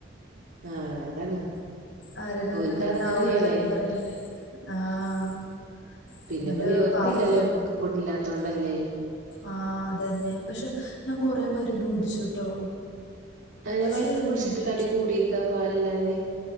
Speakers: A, on the right; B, on the left.
A: ആഹ് അതാണ്
B: ആരോര്
A: ഓര്ക്ക്
B: ഇങ്ങനെ
A: അതങ്ങനെ
B: നാവൂര്
A: ശീലായി
B: ഇടന്നൊക്കെ പറയില്ലേ ആഹ്
A: പിന്നെപ്പം
B: എന്നിട്ട്
A: നിർത്തിയില്ലല്ലോ
B: പാവം
A: ഞമ്മക്ക് കുടില്ലാത്തോണ്ടല്ലേ
B: ആഹ് അതന്നെ പക്ഷെ ഞാൻ കൊറെ മരുന്ന് കുടിച്ചുട്ടോ
A: അയ്ന്
B: ഒരു
A: മരുന്ന് കുടിച്ച്ട്ട്
B: മിനിറ്റ്ട്ടോ
A: തടി കൂടിക്കാ പാലില്ലാതെ